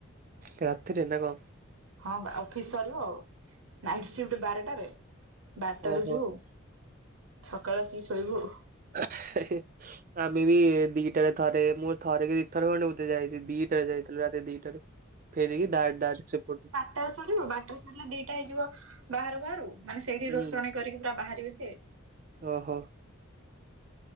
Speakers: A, on the right (about 40°); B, on the right (about 75°).
A: ରାତିରେ ନା କଁ?
B: ହଁ ବା ଅଫିସ୍ ସରିବ, ନାଇଟ୍ ସିଫ୍ଟ୍ ବାରଟାରେ ବାରଟାରେ
A: ଓହୋ।
B: ଯିବୁ। ସକାଳେ ଆସିକି ଶୋଇବୁ।
A: <unintelligible> ଆମେ ବି ଦିଟାରେ ଥରେ ମୁଁ ଥରେ କି ଦିଥରେ ଖଣ୍ଡେ ବଧେ ଯାଇଚି ଦିଟାରେ ଯାଇଥିଲୁ ରାତି ଦିଟାରେ। ଫେରିକି ଦା ଦାଟ ସେପଟୁ
B: ଟାରେ ସରିବ ବାର୍ଟାଟରେ ସରିଲେ ଦିଟା ହେଇଯିବ ବାହାରୁ ବାହାରୁ ମାନେ ସେଇଠି
A: ହୁଁ
B: ରୋଷଣୀ କରିକି ପୁରା ବାହାରିବେ ସିଏ।
A: ଓହୋ।